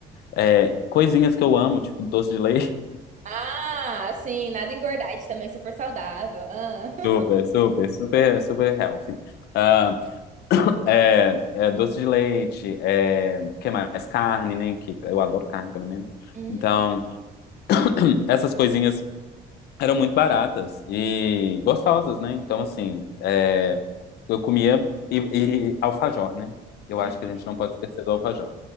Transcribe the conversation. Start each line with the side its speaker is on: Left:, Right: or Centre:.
Left: é, coisinhas que eu amo, tipo doce de leite,
Right: Ah, sim, nada engordante também, super saudável. Ah.
Left: <laughs>
Right: <laughs>
Left: super, super, super, super healthy. Ah, <coughs> é, é, doce de leite, é, que mais? Carne, né? Que eu adoro carne, pelo menos.
Right: Hum.
Left: Então, <coughs> essas coisinhas eram muito baratas e gostosas, né? Então, assim, é, eu comia e, e alfajor, né? Eu
Right: Ai,
Left: acho que a gente não pode esquecer do alfajor,